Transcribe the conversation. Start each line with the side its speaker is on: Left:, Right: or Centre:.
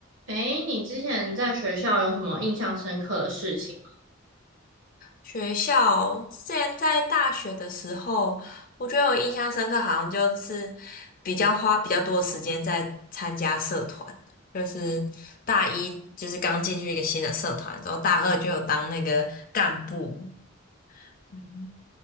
Right: 诶，你之前在学校有什么印象深刻的事情吗？
Left: 学校之前在大学的时候，我觉得我印象深刻，好像就是比较花比较多时间在参加社团，就是大一就是刚进去一个新的社团，然后大二就有当那个干部，嗯，